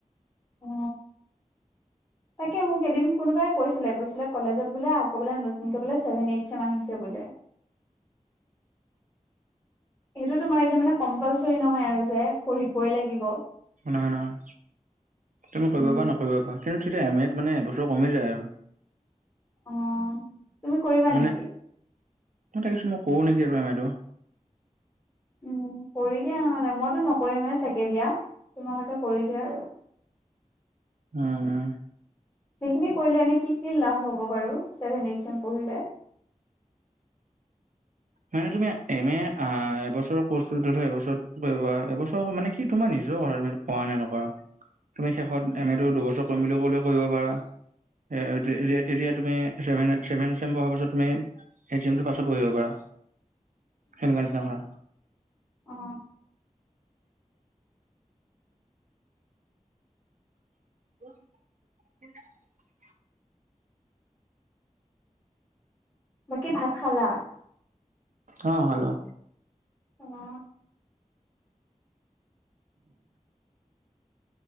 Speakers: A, on the left; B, on the right.
A: অ তাকে মোক এদিন কোনোবাই কৈছিলে, কৈছিলে কলেজত বোলে আকৌ‌ নতুনকৈ বোলে চছেভেন, এইট, চেম আহিছে বোলে। সেইটো তোমাৰ এতিয়া মানে কম্পালচৰি নহয় আৰু যে, কৰিবই লাগিব।
B: নহয়, নহয় তুমি কৰিব
A: উম
B: পাৰা নকৰিব পাৰা। কিন্তু তেতিয়া এমেট মানে এবছৰ কমি যায় আৰু।
A: অ, তুমি কৰিবা
B: মানে
A: নেকি?
B: মই ভাবিছো, মই কৰো নেকি এইবাৰ এমেটো।
A: উম, কৰি দিয়া নহালে। মইতো নকৰিমে চাগে দিয়া তোমালোকে কৰি দিয়া আৰু।
B: উম,
A: সেইখিনি কৰিলে এনে কি কি লাভ হ'ব বাৰু, ছেভেন, এইচ, এম পঢ়িলে।
B: মানে তুমি এম এ, এবছৰৰ কোৰচটো এবছৰত কৰিব পাৰা, এবছৰ মানে কি তোমাৰ নিজৰ কথা, তুমি কৰা নে, নকৰা। তুমি শেষত
A: উম
B: এম, এটো দুবছৰ কৰিম বুলি ক'লেও কৰিব পাৰা। <inaudible> তুমি, ছেভেন, এইচ, এম পঢ়াৰ পাছত তুমি পাছত পঢ়িব পাৰা। সেনেকোৱা নিচিনা হয়।
A: অ,
B: <inaudible>
A: বাকী ভাত খালা?
B: অ, খালো।
A: অ'।